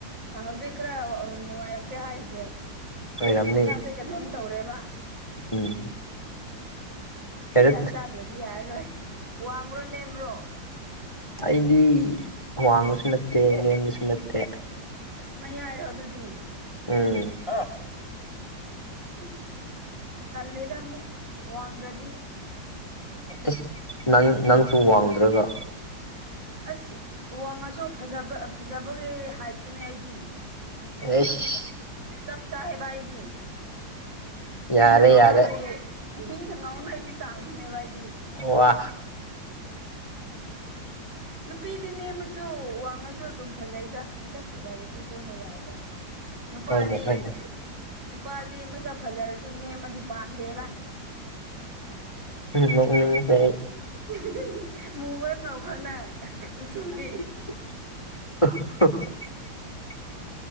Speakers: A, on the right (about 75°); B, on the left (about 15°).
A: ꯑꯥ ꯍꯧꯖꯤꯛ ꯈꯔ ꯑ ꯅꯨꯡꯉꯥꯢꯔꯛꯇꯦ ꯍꯥꯢꯌꯤꯖꯦ
B: ꯑꯣꯏꯔꯝꯅꯤ
A: ꯏꯁꯥꯖꯦ ꯀꯩꯅꯣꯝ ꯇꯧꯔꯦꯕꯥ
B: ꯎꯝ ꯀꯩꯅꯣ
A: ꯍꯤꯗꯥꯛ ꯆꯥꯗ꯭ꯔꯗꯤ ꯌꯥꯔꯔꯣꯢ ꯋꯥꯡꯕ꯭ꯔꯣ ꯅꯦꯝꯕ꯭ꯔꯣ
B: ꯑꯩꯗꯤ ꯋꯥꯡꯕꯁꯨ ꯅꯠꯇꯦ ꯅꯦꯝꯕꯁꯨ ꯅꯠꯇꯦ
A: ꯑꯁ ꯃꯌꯥꯢꯔꯣ ꯑꯗꯨꯗꯤ
B: ꯎꯝ ꯑꯣ
A: ꯑꯁ ꯇꯜꯂꯦꯗꯃꯨꯛ ꯋꯥꯡꯗ꯭ꯔꯗꯤ
B: ꯑꯁ ꯅꯪ ꯅꯪꯁꯨ ꯋꯥꯡꯗ꯭ꯔꯒ
A: ꯑꯁ ꯋꯥꯡꯉꯁꯨ ꯐꯖꯕ ꯐꯖꯕꯒꯤ ꯍꯥꯢꯇꯨꯅꯦ ꯑꯩꯗꯤ
B: ꯑꯩꯁ
A: ꯆꯞ ꯆꯥꯑꯦꯕ ꯑꯩꯗꯤ
B: ꯌꯥꯔꯦ
A: ꯃꯤꯅ ꯉꯥꯎꯅꯕꯩ
B: ꯌꯥꯔꯦ
A: ꯕꯤꯅ ꯉꯥꯎꯅꯩꯕꯤ ꯆꯥꯡꯗꯨꯅꯦꯕ ꯑꯩꯗꯤ
B: ꯑꯣꯋꯥ
A: ꯅꯨꯄꯤꯗꯤ ꯅꯦꯝꯃꯖꯨ ꯋꯥꯡꯉꯖꯨ ꯑꯗꯨꯝ ꯐꯖꯩꯗꯥ ꯃꯁꯛ ꯐꯖꯔꯗꯤ ꯂꯣꯏꯅ ꯌꯥꯏ ꯍꯥꯏꯗꯥ ꯅꯨꯄꯥꯗꯤ
B: ꯍꯣꯏꯅꯦ ꯍꯣꯏꯅꯦ
A: ꯅꯨꯄꯥꯗꯤ ꯃꯁꯛ ꯐꯖꯔꯁꯨ ꯅꯦꯝꯃꯗꯤ ꯄꯥꯝꯗꯦꯕꯥ
B: ꯎꯝ ꯅꯣꯛꯅꯤꯡꯗꯦ ꯑꯩ
A: <unintelligible> ꯃꯨꯕ꯭ꯔ ꯉꯧꯕ꯭ꯔ ꯅꯪ ꯀꯨꯆꯨꯗꯤ
B: <unintelligible>